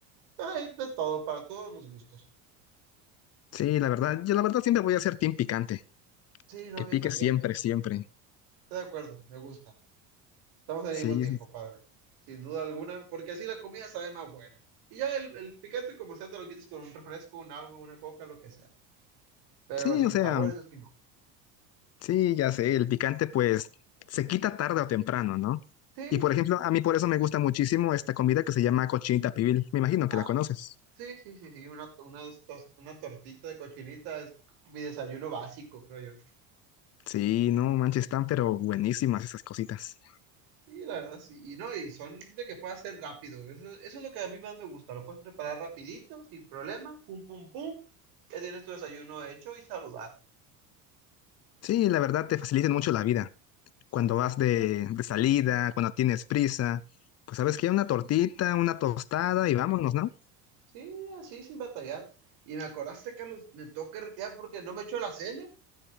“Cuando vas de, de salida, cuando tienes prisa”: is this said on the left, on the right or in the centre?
Left